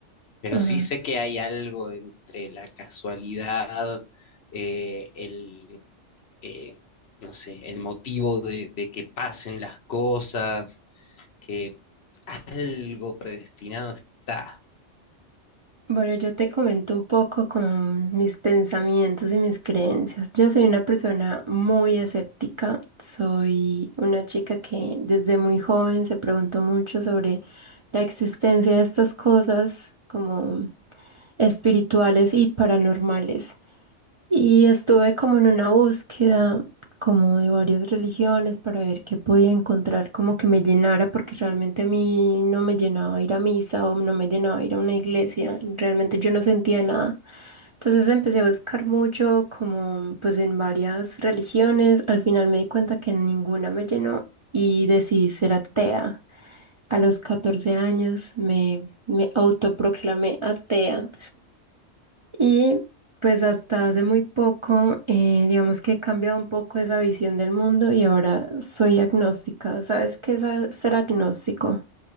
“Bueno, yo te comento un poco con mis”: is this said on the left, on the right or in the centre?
Right